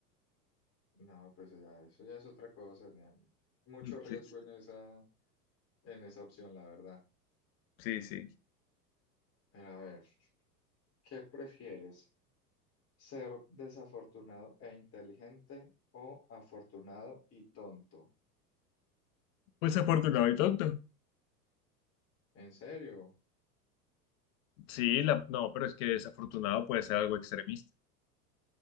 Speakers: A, on the left (about 30°); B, on the left (about 55°).
A: No, pues ya, eso ya es otra cosa. ya. Mucho
B: <laughs>
A: riesgo en esa, en esa opción, la verdad.
B: Sí, sí, sí.
A: Pero a ver, ¿qué prefieres? ¿Ser desafortunado e inteligente o afortunado y tonto?
B: Pues afortunado y tonto.
A: ¿En serio?
B: Sí, la- no, pero es que desafortunado puede ser algo extremista.